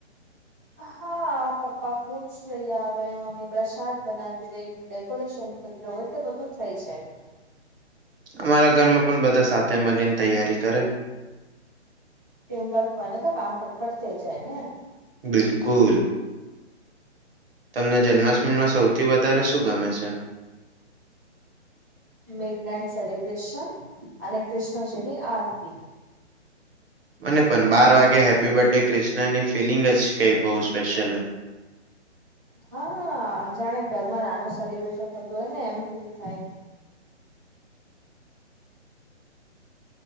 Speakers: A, on the right; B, on the right.
A: હા પપ્પા ફ્રૂટ્સ લઈ આવે મમ્મી પ્રસાદ બનાવી દે ડેકોરેશન એટલે બધું થઈ જાય.
B: અમારા ઘરમાં પણ બધા સાથે મળીને તૈયારી કરે.
A: ટીમ વર્ક હોય ને તો કામ ફટફટ થઈ જાય ને.
B: બિલકુલ! તમને જન્માષ્ટમીમાં સૌથી વધારે શું ગમે છે?
A: મિડ નાઈટ સેલિબ્રેશન અને કૃષ્ણજીની આરતી.
B: મને પણ બાર વાગે હેપી બર્થ ડે ક્રિષ્ના ની ફિલિંગ જ કઈ બહુ સ્પેશ્યલ હોય.
A: હા અ જાણે ઘરમાં નાનું સેલિબ્રેશન થતું હોય ને એમ ફીલ થાય.